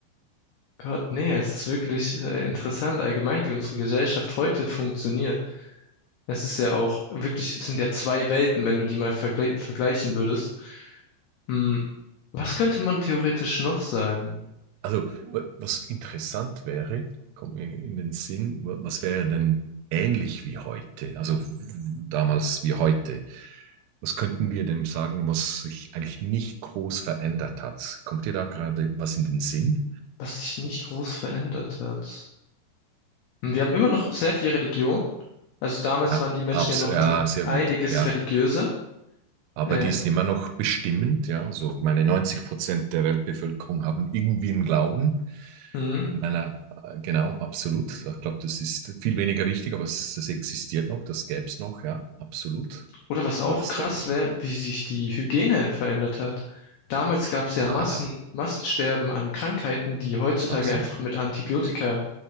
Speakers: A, on the left; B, on the right.
A: Gott, nee, es ist wirklich äh, interessant allgemein, wie unsere Gesellschaft heute funktioniert. Es ist ja auch wirklich, es sind ja zwei Welten, wenn du die mal vergle vergleichen würdest. Hm, was könnte man theoretisch noch sagen,
B: Also, wa- was interessant wäre, kommt mir in den Sinn, wa- was wäre denn ähnlich wie heute, also w- damals wie heute? Was könnten wir dem sagen, was sich eigentlich nicht groß verändert hat? Kommt dir da gerade was in den Sinn?
A: was sich nicht groß verändert hat? Hm, Wir haben immer noch sehr viel Religion. Also damals
B: Ja,
A: waren die Menschen
B: abs
A: ja noch
B: ja,
A: um
B: sehr
A: einiges
B: gut. Ja,
A: religiöser.
B: aber
A: Äh,
B: die ist immer noch bestimmend. Ja, so meine 90 Prozent der Weltbevölkerung haben irgendwie einen Glauben.
A: hm.
B: In einer, äh, genau, absolut. Ich glaube, das ist viel weniger wichtig, aber es, das existiert noch, das gäbe es noch, ja, absolut.
A: Oder was auch
B: Ja, sehr
A: krass
B: gut.
A: wäre, wie sich die Hygiene verändert hat. Damals gab es ja
B: Ah,
A: Massen, Massensterben an Krankheiten, die heutzutage
B: absolut.
A: einfach mit Antibiotika